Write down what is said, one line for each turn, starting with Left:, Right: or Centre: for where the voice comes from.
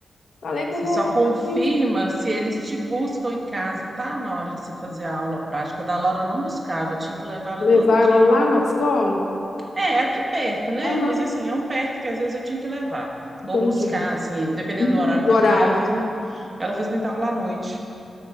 Left: Falei que
Right: Você
Left: eu vou
Right: só confirma
Left: talvez
Right: se eles te buscam em casa, tá? Na hora de você fazer a aula prática da Laura, eu não buscava, eu tinha que levar ela
Left: levar
Right: todo dia.
Left: ela lá na escola.
Right: É, é aqui perto, né?
Left: Aham,
Right: Mas assim, é um perto que às vezes eu tinha que levar.
Left: entendi.
Right: Ou buscar, assim, dependendo
Left: Uhum,
Right: do horário, que
Left: o
Right: às
Left: horário.
Right: vezes ela fez muito, ela fez muita aula à noite.